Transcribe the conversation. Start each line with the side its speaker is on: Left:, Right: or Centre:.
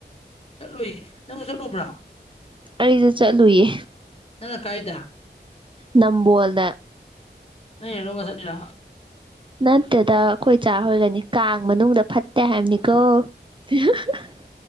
Left: ꯆꯠꯂꯨꯏ ꯅꯪꯖꯨ ꯆꯠꯂꯨꯕ꯭ꯔꯥ
Right: ꯑꯩꯖꯨ ꯆꯠꯂꯨꯌꯦ
Left: ꯅꯪꯅ ꯀꯥꯏꯗ
Right: ꯅꯝꯕꯣꯜꯗ
Left: ꯅꯣꯏ ꯍꯦꯔꯣꯒ ꯆꯠꯂꯤꯔꯣ
Right: ꯅꯠꯇꯦꯗ ꯑꯩꯈꯣꯏ ꯆꯥ ꯍꯣꯏꯒꯅꯤ ꯀꯥꯡ ꯃꯅꯨꯡꯗ ꯐꯠꯇꯦ ꯍꯥꯏꯕꯅꯤꯀꯣ <inaudible>